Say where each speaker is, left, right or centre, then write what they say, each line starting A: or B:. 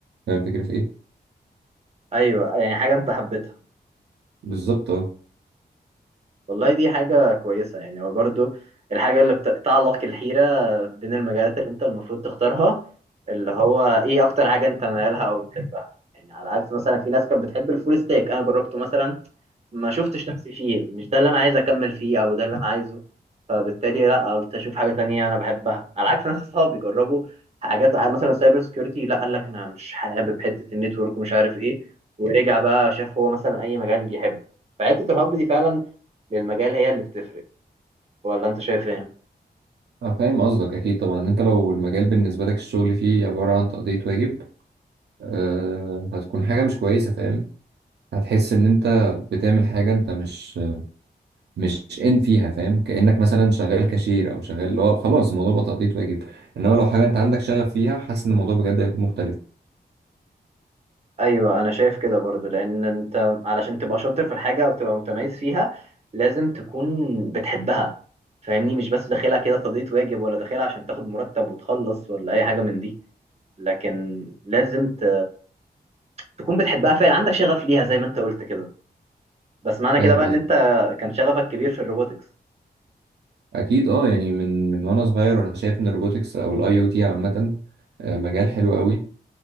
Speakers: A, on the right; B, on the right.
A: فاهم الفكره في ايه
B: ايوه يعني حاجة انت حبيتها
A: بالظبط اه
B: والله دي حاجة كويسة يعني هو برضو الحاجة اللي بتعلق الحيرة بين المجالات اللي انت المفروض تختارها اللي هو ايه اكتر حاجة انت مالها او بتحبها يعني على عكس مثلا في ناس كانت بتحب الفول ستاك انا جربته مثلا ما شفتش نفسي فيه مش ده اللي انا عايز اكمل فيه او ده اللي انا عايزه فبالتالي لا قلت اشوف حاجه تانية انا بحبها على عكس ناس اصحابي جربوا حاجات ع- مثلا سايبر سكيورتي لا قال لك انا مش حابب حته النتورك ومش عارف ايه ورجع بقى شاف هو مثلا اي مجال بيحبه فحته الحب دي فعلا للمجال هي اللي بتفرق ولا انت شايف ايه
A: أنا فاهم قصدك اكيد طبعا إن انت لو المجال بالنسبه لك الشغل فيه عباره عن تقضيه واجب أه هتكون حاجه مش كويسه فاهم هتحس ان انت بتعمل حاجه انت مش مش ان فيها فاهم كانك مثلا شغال كاشير او شغال اللي هو خلاص الموضوع بقى تقضية واجب انما لو حاجه انت عندك شغف فيها حاسس ان الموضوع بجد هيكون مختلف
B: ايوه انا شايف كده برضو لان انت علشان تبقى شاطر في الحاجه او تبقى متميز فيها لازم تكون بتحبها فاهمني مش بس داخلها كده تقضية واجب ولا داخلها عشان تاخد مرتب وتخلص ولا اي حاجه من دي لكن لازم ت... تكون بتحبها فعلا عندك شغف ليها زي ما انت قلت كده بس معنى
A: فاهم
B: كده بقى
A: قصدي
B: ان انت كان شغفك كبير في الروبوتكس
A: اكيد اه يعني من من وانا صغير وانا شايف ان الروبوتكس او الاي او تي عامه آه، مجال حلو قوي